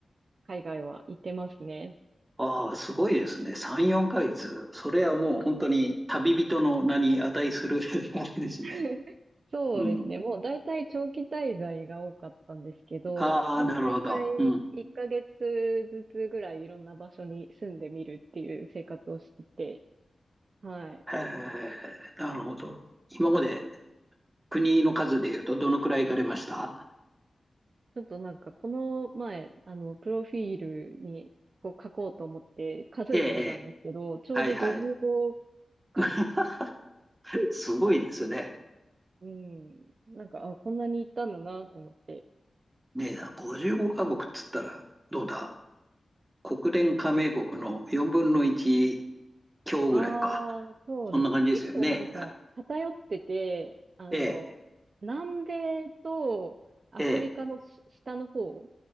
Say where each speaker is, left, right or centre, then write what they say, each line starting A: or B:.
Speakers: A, on the right; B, on the right.
A: 海外は行ってますね。
B: ああ、すごいですね。3、4ヶ月。それはもう本当に旅人の名に値する <laughs> あれですね。
A: <laughs> そうですね。
B: うん。
A: もう大体長期滞在が多かったんですけど、
B: ああ、
A: まあ大体1ヶ月ずつぐらいいろんな場所に住んでみるっていう生活をしてて、
B: なるほど。うん。
A: はい。
B: へえ、なるほど。今まで国の数で言うとどのくらい行かれました
A: ちょっとなんかこの前、あの、プロフィールにこう書こうと思って数えてみたんですけど、
B: ええ、ええ。
A: ちょうど55
B: はい、はい。
A: カ国、
B: <laughs> すごいですね。
A: うん、なんか、あ、こんなに行ったんだなと思って、
B: ねえ、55カ国っつったらどうだ国連加盟国の4分の1強ぐらいか。
A: ああ、そうですね。
B: そんな感じですよね。
A: 結構なんか偏ってて、あの、
B: ええ、
A: 南米とアフリカのし下の方
B: ええ、